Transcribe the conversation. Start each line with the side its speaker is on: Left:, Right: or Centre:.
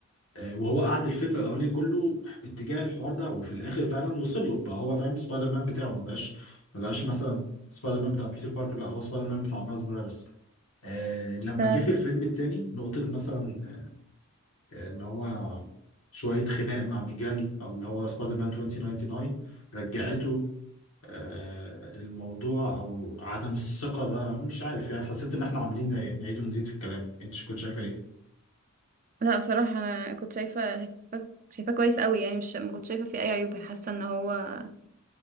Left: آه، وهو قعد الفيلم الاولاني كله اتجاه الحوار ده وفي الاخر فعلا وصل له بقى هو فاهم سبايدر مان بتاعه ما بقاش ما بقاش مثلا سبايدر مان بتاع بيتر باركر لا هو سبايدر مان بتاع مايلز موراليس آه لما
Right: فعلا
Left: جه في الفيلم التاني نقطة مثلا آه، ان هو شوية خناق مع ميجال او اللي هو سبايدر مان 2099 رجعته آه للموضوع او عدم الثقة ده مش عارف يعني حسيت ان احنا عاملين نعيد ونزيد في الكلام انت كنت شايفة ايه؟
Right: لا بصراحة انا كنت شايفة شايفاه شايفاه كويس قوي يعني مش ما كنت شايفة فيه اي عيوب حاسة ان هو